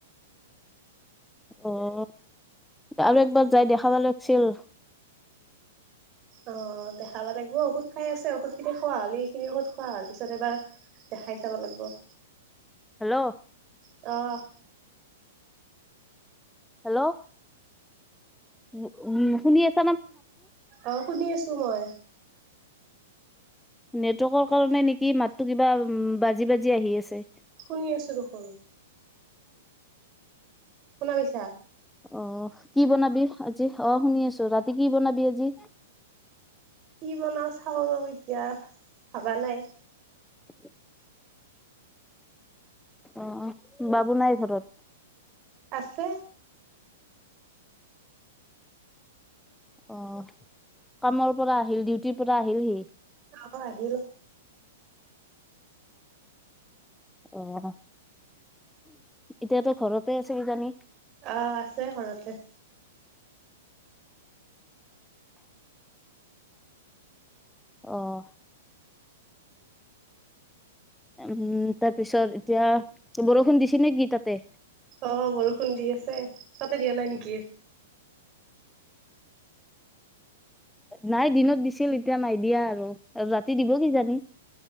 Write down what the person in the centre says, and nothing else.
অ', আৰু একবাৰ যাই দেখাবা লাগিছিল।
হেল্ল'?
হেল্ল'? উ, উম, শুনি আছো।
নেটৱৰ্কৰ কাৰণে নেকি মাতো কিবা উ, বাজি বাজি আহি আছে।
অ', কি বনাবি আজি। অ', শুনি আছো ৰাতি কি বনাবি আজি?
<inaudible> অ', বাবু নাই ঘৰত?
অ', কামৰ পৰা আহিল, ডিউটিৰ পৰা আহিল সি?
অ', এতিয়াতো ঘৰতে আছে কিজানি?
অ'। উম, তাৰপিছত এতিয়া বৰষুণ দিছে নে কি তাতে?
নাই দিনত দিছিল এতিয়া নাই দিয়া আৰু আৰু ৰাতি দিব কি জানি।